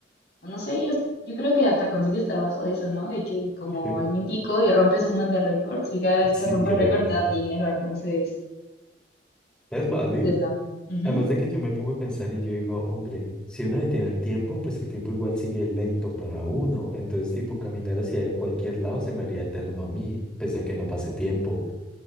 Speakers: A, on the left; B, in the centre.
A: o no sé, yo, yo creo que hasta consigues trabajo de eso, ¿no? De que como
B: <laughs>
A: olímpico y rompes un buen de récords y cada vez
B: sí
A: que rompes
B: creo.
A: récord te dan dinero, entonces,
B: Es válido.
A: pues eso. Ujú.
B: Además de que yo me pongo a pensar y yo digo, hombre, si uno detiene el tiempo, pues el tiempo igual sigue lento para uno. Entonces, tipo, caminar hacia cualquier lado se me haría eterno a mí, pese a que no pase tiempo.